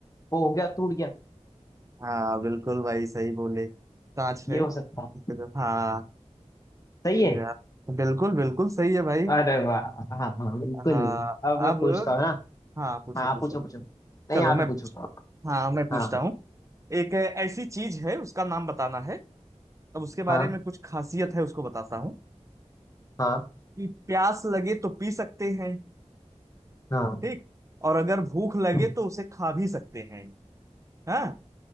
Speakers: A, on the left; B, on the right.
A: वो हो गया टूट गया
B: हाँ बिल्कुल भाई सही बोले कांच
A: ये
B: है
A: हो सकता है
B: हाँ
A: सही
B: तो
A: है
B: यार बिल्कुल बिल्कुल सही है भाई
A: अरे वाह हाँ हाँ बिल्कुल
B: हाँ
A: अब मैं
B: अब
A: पूछता हूँ ना
B: हाँ पूछो
A: हाँ
B: पूछो
A: आप पूछो पूछो नहीं
B: चलो
A: आप
B: मैं
A: ही पूछो
B: पूछ हाँ मैं पूछता
A: हाँ
B: हूँ एक ऐसी चीज है उसका नाम बताना है अब उसके
A: हाँ
B: बारे में कुछ खासियत है उसको बताता हूँ
A: हाँ
B: कि प्यास लगे तो पी सकते हैं
A: हाँ
B: ठीक और अगर भूख लगे
A: हम्म,
B: तो उसे खा भी सकते हैं हाँ